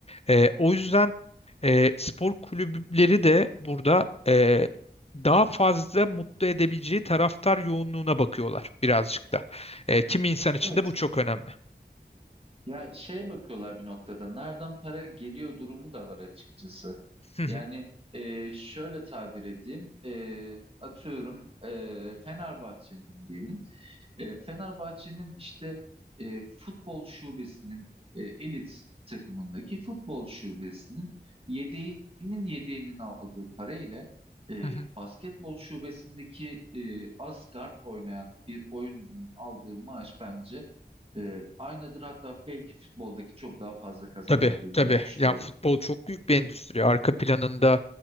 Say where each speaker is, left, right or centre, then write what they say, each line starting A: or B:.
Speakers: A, on the left; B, on the right.
A: E, o yüzden e, spor kulüpleri de burada e, daha fazla mutlu edebileceği taraftar yoğunluğuna bakıyorlar birazcık da. E, kimi insan için
B: Evet.
A: de bu çok önemli.
B: Ya şeye bakıyorlar bir noktada. Nereden para geliyor durumu da var açıkçası.
A: Hı hı.
B: Yani e, şöyle tabir edeyim. E, atıyorum e, Fenerbahçe'nin diyelim. E, Fenerbahçe'nin işte e, futbol şubesinin e, elit takımındaki futbol şubesinin yedeğinin yedeğinin aldığı parayla e,
A: Hı hı.
B: basketbol şubesindeki e, asgard oynayan bir oyuncunun aldığı maaş bence e, aynıdır. Hatta belki futboldaki çok daha fazla kazanıyordur
A: Tabii tabii.
B: diye düşünüyorum.
A: Ya futbol çok büyük bir endüstri. Arka planında